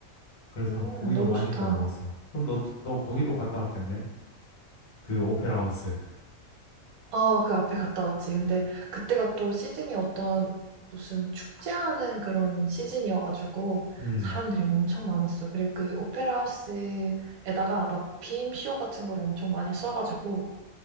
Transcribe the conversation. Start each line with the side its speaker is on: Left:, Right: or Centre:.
Left: 그래서
Right: 음,
Left: 고기도
Right: 너무
Left: 많이
Right: 좋다.
Left: 구워 먹었어. 그럼 너, 너 거기도 갔다 왔겠네? 그 오페라 하우스.
Right: 아, 그 앞에 갔다 왔지. 근데 그때가 또 시즌이 어떤 무슨 축제하는 그런 시즌이어가지고
Left: 음,
Right: 사람들이 엄청 많았어요. 그리고 그 오페라 하우스에다가 막 빔쇼 같은 걸 엄청 많이 써가지고